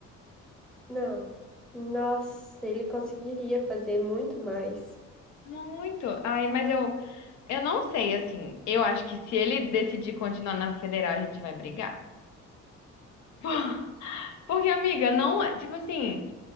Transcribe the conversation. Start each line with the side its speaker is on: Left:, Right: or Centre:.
Centre: Não. Nossa, ele conseguiria fazer muito mais.
Left: Muito. Ai, mas eu, eu não sei, assim. Eu acho que se ele decidir continuar na federal, a gente vai brigar. <laughs> Porque, amiga, não é. Tipo assim,